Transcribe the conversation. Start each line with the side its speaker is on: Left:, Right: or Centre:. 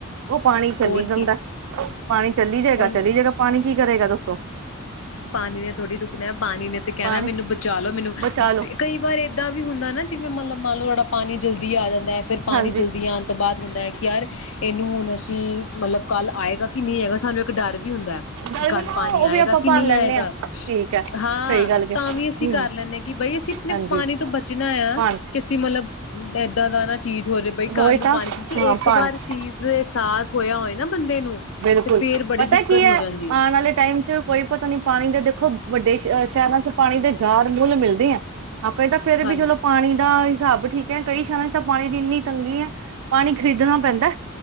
Right: ਓ ਪਾਣੀ ਚੱਲੀ
Left: ਹੋਰ
Right: ਜਾਂਦੈ,
Left: ਕੀ
Right: ਪਾਣੀ ਚੱਲੀ ਜਾਏਗਾ
Left: ਉਹਨੂੰ
Right: ਚੱਲੀ ਜੇਗਾ ਪਾਣੀ ਕੀ ਕਰੇਗਾ ਦੱਸੋ
Left: ਪਾਣੀ ਨੇ ਥੋੜ੍ਹੀ ਰੁਕਣਾ ਪਾਣੀ ਨੇ ਲਓ
Right: ਪਾਣੀ
Left: ਮੈਨੂੰ
Right: ਬਚਾ ਲੋ
Left: ਤੇ ਕਈ ਵਾਰ ਏਦਾਂ ਵੀ ਹੁੰਦਾ ਨਾ ਜਿਵੇਂ ਮੰਨਲਬ ਮੰਨ ਲਓ <unintelligible> ਪਾਣੀ ਜਲਦੀ ਆ ਜਾਂਦਾ ਫਿਰ ਪਾਣੀ
Right: ਹਾਂਜੀ
Left: ਜਲਦੀ ਆਉਣ ਤੋਂ ਬਾਅਦ ਹੁੰਦਾ ਹੈ ਕਿ ਯਾਰ ਇਹਨੂੰ ਹੁਣ ਅਸੀਂ ਮਲਬ ਕੱਲ ਆਏਗਾ ਕਿ ਨਹੀਂ ਹੈਗਾ ਸਾਨੂੰ ਇੱਕ ਡਰ ਵੀ ਹੁੰਦਾ ਹੈ
Right: ਗਲ
Left: ਕਿ ਕੱਲ
Right: ਹਾਂ
Left: ਪਾਣੀ
Right: ਉਹ
Left: ਆਏਗਾ
Right: ਵੀ ਆਪਾਂ
Left: ਕਿ
Right: ਭਰ
Left: ਨਹੀਂ
Right: ਲੈਂਦੇ
Left: ਆਏਗਾ?
Right: ਹਾਂ ਠੀਕ ਹੈ
Left: ਹਾਂ
Right: ਸਹੀ ਗੱਲ ਹਮ
Left: ਤਾਂ ਵੀ ਅਸੀਂ ਕਰ ਲੈਂਦੇ ਹਾਂ ਕਿ ਬਾਈ ਅਸੀਂ ਆਪਣੇ
Right: ਹਾਂਜੀ
Left: ਪਾਣੀ ਤੋਂ ਬਚਣਾ ਆ
Right: ਪਾਣੀ
Left: ਕਿਸੇ ਮਤਲਬ <unintelligible> ਚੀਜ਼ ਹੋ ਜਾਵੇ ਬਈ ਕੱਲ
Right: ਹੋਈ
Left: ਨੂੰ
Right: ਤਾਂ
Left: ਪਾਣੀ ਕਿਉਂਕਿ
Right: ਹਾਂ
Left: ਇੱਕ
Right: ਪਾਣੀ
Left: ਵਾਰ ਚੀਜ਼ ਅਹਿਸਾਸ ਹੋਇਆ ਹੋਏ ਨਾ ਬੰਦੇ ਨੂੰ
Right: ਬਿਲਕੁਲ
Left: ਤੇ ਫੇਰ ਬੜੀ
Right: ਪਤਾ
Left: ਦਿੱਕਤ
Right: ਕੀ
Left: ਹੋ ਜਾਂਦੀ ਹੈ
Right: ਆਉਣ ਵਾਲੇ ਟਾਈਮ ਚ ਕੋਈ ਪਤਾ ਨੀ ਪਾਣੀ ਦੇ ਦੇਖੋ ਵੱਡੇ ਸ਼ ਸ਼ਹਿਰਾਂ ਚ ਪਾਣੀ ਦੇ ਜਾਰ ਮੁੱਲ ਮਿਲਦੇ ਹੈ ਆਪੇ ਤਾਂ ਫੇਰ
Left: ਹਾਂ
Right: ਵੀ ਚਲੋ ਪਾਣੀ ਦਾ ਹਿਸਾਬ ਠੀਕ ਹੈ ਕਈ ਸ਼ਹਿਰਾਂ ਚ ਤਾਂ ਪਾਣੀ ਦੀ ਇੰਨੀ ਤੰਗੀ ਹੈ ਪਾਣੀ ਖ਼ਰੀਦਣਾ ਪੈਂਦਾ